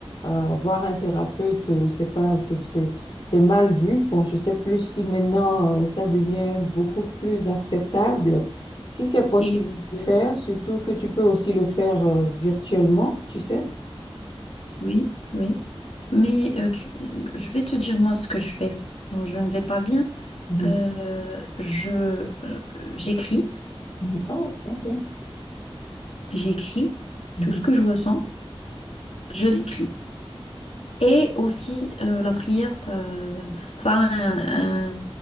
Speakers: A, on the left; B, on the left.
A: euh, voir un thérapeute, euh, c'est pas, c'est, c'est, c'est mal vu. Bon, je sais plus si maintenant, euh, ça devient beaucoup plus acceptable. Si c'est possible
B: Si, oui,
A: de le faire, surtout que tu peux aussi le faire euh, virtuellement, tu sais.
B: oui, oui. Mais euh, tu- je vais te dire moi ce que je fais. Quand je ne vais pas bien,
A: Mhm.
B: euh, je euh, j'écris,
A: Mhm. Oh, ok.
B: j'écris
A: Mhm.
B: tout ce que je ressens, je l'écris. Et aussi euh, la prière, ça, ça a un, un-